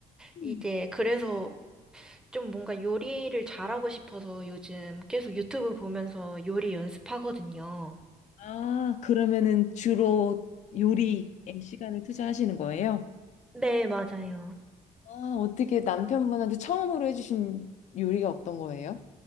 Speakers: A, on the left; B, in the centre.
A: 음.
B: 이제 그래서 좀 뭔가 요리를 잘하고 싶어서 요즘 계속 유튜브 보면서 요리 연습하거든요.
A: 아, 그러면은 주로 요리에 시간을 투자하시는 거예요?
B: 네, 맞아요.
A: 아, 어떻게 남편분한테 처음으로 해주신 요리가 어떤 거예요?